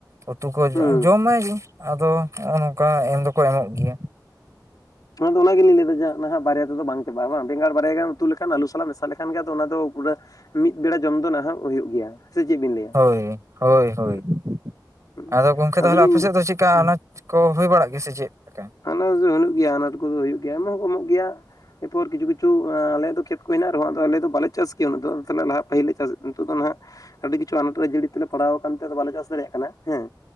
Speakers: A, on the right (about 45°); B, on the left (about 55°).
A: ᱩᱛᱩ ᱠᱚ
B: ᱦᱩᱸ
A: ᱡᱚᱢᱟᱭ ᱟᱫᱚ ᱦᱚᱸᱜ-ᱚ ᱱᱚᱝᱠᱟ ᱮᱢ ᱫᱚᱠᱚ ᱮᱢᱚᱜ ᱜᱮᱭᱟ᱾
B: ᱚᱱᱟᱫᱚ ᱚᱱᱟᱜᱮᱞᱤᱧ ᱞᱟᱹᱭᱟ ᱡᱮ ᱱᱟᱦᱟᱜ ᱵᱟᱨᱭᱟ ᱛᱮᱫᱚ ᱵᱟᱝ ᱪᱟᱵᱟᱜᱼᱟ ᱵᱟᱝ ᱵᱮᱸᱜᱟᱲ ᱵᱟᱨᱭᱟ ᱜᱮ ᱩᱛᱩ ᱞᱮᱠᱷᱟᱱ ᱟᱞᱩ ᱥᱟᱞᱟᱜ ᱢᱮᱥᱟᱞ ᱞᱮᱠᱷᱟᱱ ᱜᱮᱭᱟ ᱚᱱᱟ ᱫᱚ ᱯᱩᱨᱟᱹ ᱢᱤᱫ ᱵᱮᱲᱟ ᱡᱚᱢ ᱫᱚ ᱱᱟᱦᱟᱜ ᱦᱩᱭᱩᱜ ᱜᱮᱭᱟ᱾ ᱥᱮ ᱪᱮᱫ ᱵᱤᱱ ᱞᱟᱹᱭᱟ?
A: ᱦᱳᱭ, ᱦᱳᱭ-ᱦᱳᱭ᱾
B: ᱦᱩᱸ ᱦᱩᱸ
A: ᱟᱫᱚ ᱜᱚᱝᱠᱮ ᱛᱟᱦᱞᱮ
B: ᱟᱫᱚᱞᱤᱧ
A: ᱟᱯᱮ ᱥᱮᱫ ᱫᱚ ᱪᱮᱜ-ᱠᱟ
B: ᱦᱩᱸ
A: ᱚᱱᱟ ᱠᱚ ᱦᱩᱭ ᱵᱟᱲᱟᱜ ᱜᱮᱭᱟ ᱥᱮ ᱪᱮᱫ? ᱞᱮᱠᱟ
B: ᱦᱟᱱᱟ ᱫᱚ ᱦᱩᱭᱩᱜ ᱜᱮᱭᱟ ᱟᱱᱟᱴ ᱠᱩᱫᱚ ᱦᱩᱭᱩᱜ ᱜᱮᱭᱟ, ᱮᱢ ᱦᱚᱸ ᱠᱚᱢᱚᱜ ᱜᱮᱭᱟ᱾ ᱮᱨᱯᱚᱨ ᱠᱤᱪᱷᱩ ᱠᱤᱪᱩ ᱟᱞᱮᱭᱟᱜ ᱫᱚ ᱠᱷᱮᱛ ᱠᱩ ᱦᱮᱱᱟᱜ ᱨᱮᱦᱚᱸ ᱟᱫᱚ ᱟᱞᱮ ᱫᱚ ᱵᱟᱞᱮ ᱪᱟᱥ ᱠᱮᱭᱟ ᱩᱱᱟᱹᱜ ᱫᱚ ᱟᱫᱚ ᱛᱟᱦᱚᱞᱮ ᱱᱟᱦᱟᱜ ᱯᱟᱹᱤᱞ ᱞᱮᱠᱟ ᱪᱟᱥ ᱱᱤᱛᱚᱜ ᱫᱚ ᱦᱟᱸᱜ ᱟᱰᱤ ᱠᱤᱪᱷᱩ ᱟᱱᱟᱴ ᱨᱮ ᱡᱟᱹᱲᱤ ᱛᱮᱞᱮ ᱯᱟᱲᱟᱣ ᱠᱟᱱᱛᱮ ᱵᱟᱞᱮ ᱪᱟᱥ ᱫᱟᱲᱮᱭᱟᱜ ᱠᱟᱱᱟ ᱦᱮᱸ᱾